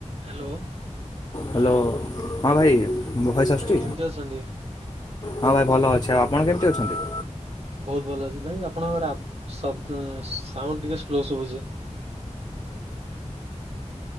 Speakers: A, on the right; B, on the left.
A: Hello.
B: Hello ହଁ ଭାଇ ମୋ ଭଏସ୍ ଆସୁଛି
A: ଭାଇ କେମିତି ଅଛନ୍ତି?
B: ହଁ ଭାଇ ଭଲ ଅଛି। ଆଉ ଆପଣ କେମିତି ଅଛନ୍ତି?
A: ବହୁତ ଭଲ ଅଛି ଭାଇ। ଆପଣଙ୍କର ଆବ୍ ଶବ୍ଦ ସାଉଣ୍ଡ ଟିକେ ଶୁ ଲୋ ସୁଭୁଛି।